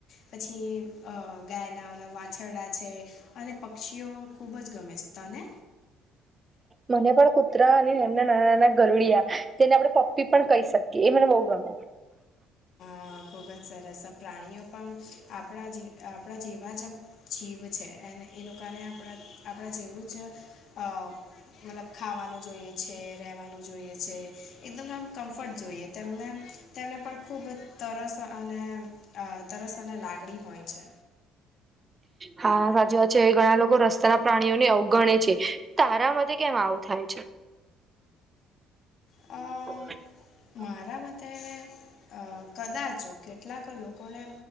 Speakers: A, on the left (about 60°); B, on the right (about 25°).
A: પછી અ ગાયના ઓના વાછરડા છે. અને પક્ષીઓ ખૂબ જ ગમે છે. તને?
B: મને પણ કૂતરા અને એમના નાના નાના ગરુડિયા તેને આપણેે પપ્પી પણ કહી શકીએ એ મને બહુ ગમે.
A: અ ખૂબ જ સરસ પ્રાણીઓ પણ આપણા આપણા જેવા જ જીવ છે એ એ લોકોને આપણા આપણે જેવું જ અ મતલબ ખાવાનું જોઈએ. છે રહેવાનું જોઈએ છે એકદમ આમ. કમ્ફર્ટ જોઈએ તેમને તેમણે પણ ખૂબ તરસ અને તરસ અને લાગડી હોય છે.
B: હા સાચી વાત છે ઘણા લોકો રસ્તાના પ્રાણીઓને અવગણે છે તારા મ કેમ આવું થાય છે?
A: અ
B: બ
A: મારા મતે અ કદાચ કેટલાક લોકોને